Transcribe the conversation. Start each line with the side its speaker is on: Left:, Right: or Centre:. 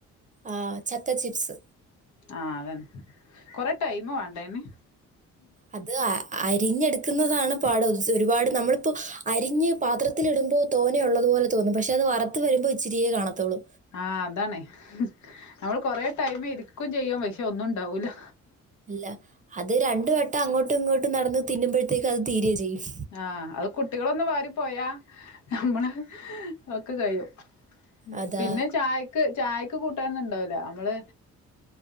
Right: ആ ചക്ക ചിപ്സ്
Left: ആഹ് അതന്നെ കൊറെ ടൈം വേണ്ടെ അയിന്
Right: അത് ആ അരിഞ്ഞെടുക്കുന്നതാണ് പാട് ഒരുപാട് നമ്മളിപ്പോ അരിഞ്ഞ് പാത്രത്തിലി ടുമ്പോൾ തോനെ ഉള്ളതു പോലെ തോന്നും പക്ഷെ അത് വറത്ത് വരുമ്പോ ഇച്ചിരിയേ കാണത്തുള്ളൂ
Left: ആഹ് അതാണ് നമ്മള് കൊറെ ടൈമ് ഇരിക്കയും ചെയ്യും പക്ഷെ ഒന്നും ഉണ്ടാവൂലാ
Right: ഇല്ല അത് രണ്ട് വട്ടം അങ്ങോട്ടും ഇങ്ങോട്ടും നടന്ന് തിന്നുമ്പഴത്തേക്ക് അത് തീരുകയും ചെയ്യും
Left: ആഹ് അത് കുട്ടികളൊന്ന് വാരി പോയാ നമ്മള് ഒക്കെ കയ്യും
Right: അതാ
Left: പിന്നെ ചായക്ക് ചായക്ക് കൂട്ടാനൊന്നും ഇണ്ടാവൂല നമ്മള്